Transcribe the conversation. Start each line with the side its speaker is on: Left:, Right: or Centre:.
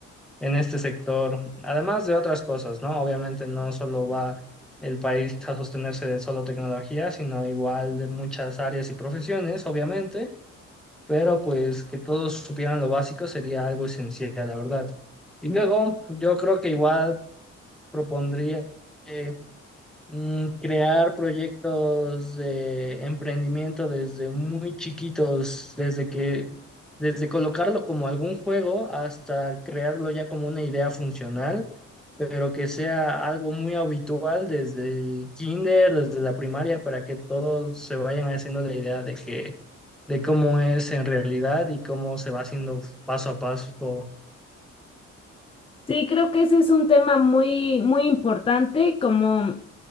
Centre: en este sector, además de otras cosas, ¿no? Obviamente no solo va el país a sostenerse de solo tecnología, sino igual de muchas áreas y profesiones, obviamente, pero pues que todos supieran lo básico sería algo esencial, la verdad. Y luego yo creo que igual propondría eh, mm, crear proyectos de emprendimiento desde muy chiquitos, desde que desde colocarlo como algún juego hasta crearlo ya como una idea funcional pero que sea algo muy habitual desde el kinder, desde la primaria, para que todos se vayan haciendo la idea de que, de cómo es en realidad y cómo se va haciendo paso a paso todo.
Left: Sí, creo que ese es un tema muy, muy importante, como